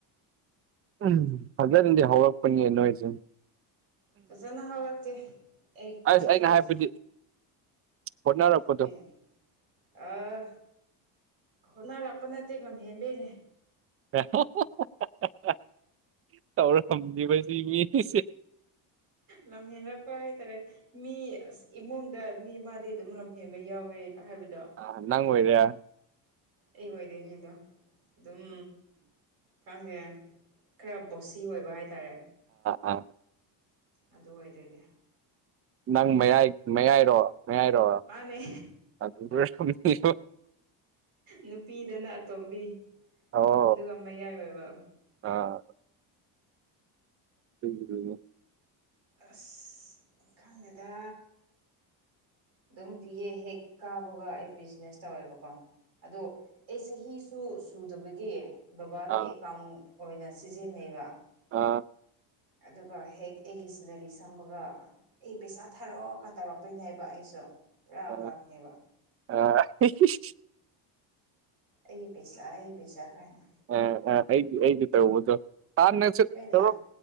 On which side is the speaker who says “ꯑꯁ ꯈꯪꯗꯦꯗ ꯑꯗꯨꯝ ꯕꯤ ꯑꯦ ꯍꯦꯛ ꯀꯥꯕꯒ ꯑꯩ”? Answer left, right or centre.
Right